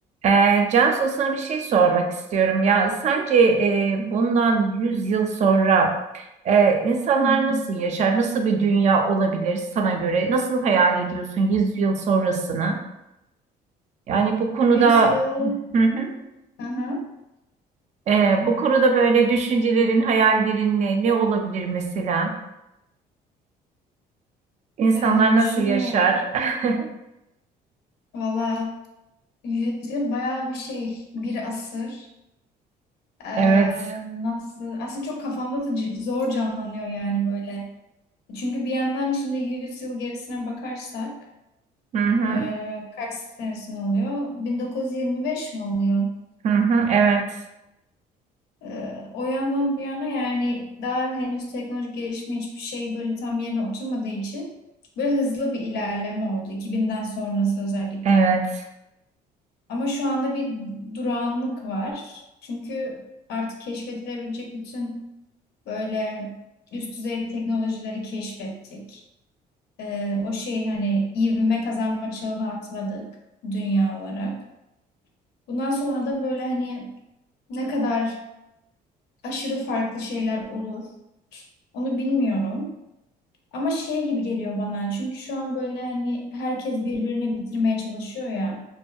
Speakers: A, on the right (about 45°); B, on the left (about 75°).
A: Ee, Cansu sana bir şey sormak istiyorum. Ya sence e, bundan 100 yıl sonra e, insanlar
B: Hı
A: nasıl
B: hı.
A: yaşar? Nasıl bir dünya olabilir sana göre? Nasıl hayal ediyorsun 100 yıl sonrasını? Yani bu konuda
B: Yüzyıl
A: hı hı,
B: Hı hı.
A: e, bu konuda böyle düşüncelerin, hayallerin ne, ne olabilir mesela? İnsanlar
B: e, e, düşünüyorum.
A: nasıl yaşar? <laughs>
B: Valla yüzyıl bayağı bir şey. Bir asır. E,
A: Evet.
B: nasıl? Aslında çok kafamda da c- zor canlanıyor yani böyle. Çünkü bir yandan şimdi yüz yıl gerisine bakarsak
A: Hı hı.
B: e, kaç senesine oluyor? 1925 mi oluyor?
A: Hı hı. Evet.
B: Ee, o yandan bir yana yani daha henüz teknoloji gelişme hiçbir şey böyle tam yerine oturmadığı için böyle hızlı bir ilerleme oldu iki binden sonrası özellikle.
A: Evet.
B: Ama şu anda bir durağanlık var. Çünkü artık keşfedilebilecek bütün böyle üst düzey teknolojileri keşfettik. Ee, o şey hani ivme kazanma çağına atladık dünya olarak. Bundan sonra da böyle hani ne kadar aşırı farklı şeyler olur onu bilmiyorum. Ama şey gibi geliyor bana. Çünkü şu an böyle hani herkes birbirini bitirmeye çalışıyor ya.